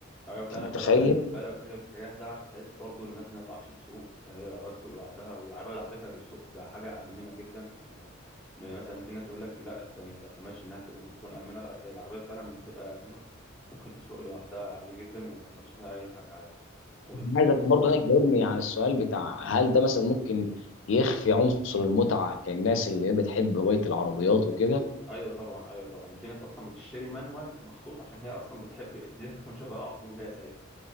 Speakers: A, in the centre; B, on the left.
A: ايوه فعلا
B: انت متخيل
A: بداوا بداوا يتجهوا الاتجاه ده بحيث برضو الناس اللي ما تعرفش السوق آه، هي العربيات السوق لوحدها والعربيات على فكره بالسوق بحاجه امنه جدا يعني ما- ما- مثلا في ناس يقول لك لا انت ما تعتمدش انها تبقى- تكون امنه لا هي العربيه فعلا بتبقى امنه ممكن تسوق لوحدها عادي جدا وما يحصلش فيها اي حاجه عادي وبت...
B: عايزك برضه هنا تجاوبني عن السؤال بتاع هل ده مثلا ممكن يخفي عنصر المتعه كالناس اللي بتحب هوايه العربيات وكده
A: ايوه طبعا ايوه طبعا ده في ناس اصلا بتشتري مانوال مخصوص عشان هي اصلا بتحب دي هتكون شغاله على طول وهي سايقه